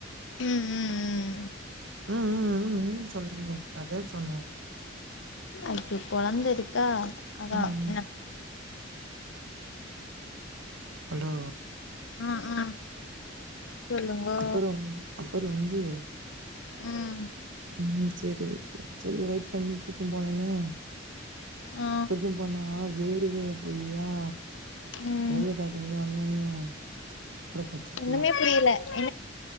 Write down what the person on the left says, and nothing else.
ம் ம்
ஓகே கொழந்த இருக்கா அதா
என்ன
ஆ ஆ சொல்லுங்கோ
ம்
ஆ
ம்
ஒண்ணுமே புரியல என்னது